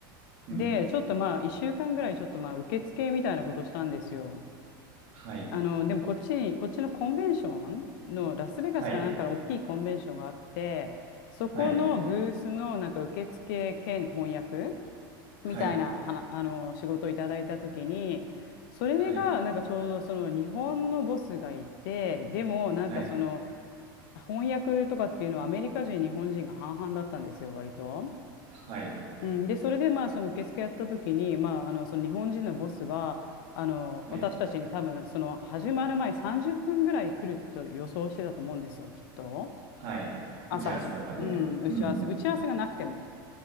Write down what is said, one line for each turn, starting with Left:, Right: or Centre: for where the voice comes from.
Right: うん。
Left: で、ちょっとまあ1週間ぐらいちょっとまあ受付みたいなことしたんですよ。
Right: はい。
Left: あの、でもこっちに、こっちのコンベンションのラスベガスかなんかの大きいコンベンションがあって、
Right: はい。
Left: そこのブースのなんか受付兼翻訳
Right: はい。
Left: みたいな、
Right: はい。
Left: はな、あの、仕事をいただいたときに、それが、
Right: はい。
Left: なんかちょうどその日本のボスがいて、でも、なんかその、
Right: はい。
Left: 翻訳とかっていうのはアメリカ人、日本人が半々だったんですよ、割と。
Right: はい。
Left: うん、で、それでまあ、その受付やったときに、まあ、あの、その日本人のボスは、あの、
Right: はい。
Left: 私たちに多分、その始まる前30分ぐらい来ると予想してたと思うんですよ、きっと。
Right: はい。
Left: 朝始まうん、
Right: 打ち合わせとかで。
Left: 打ち合わせ。
Right: うん。
Left: 打ち合わせがなくても。